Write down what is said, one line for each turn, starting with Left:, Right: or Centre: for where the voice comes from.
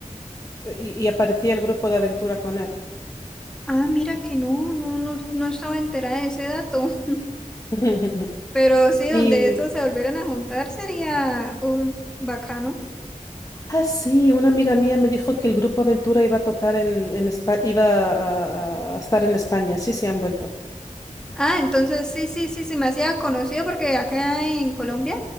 Left: y, y aparecía el grupo de Aventura con él.
Centre: ah, mira que no, no, no, no estaba enterada de ese dato. <laughs>
Left: <laughs>
Centre: Pero sí,
Left: Y
Centre: donde estos se volvieran a juntar sería uh, bacano.
Left: Ah, sí, una amiga mía me dijo que el grupo Aventura iba a tocar en, en Espa- iba a, a- a estar en España. Sí, sí, han vuelto.
Centre: Ah, entonces sí, sí, sí, se me hacía conocido porque acá en Colombia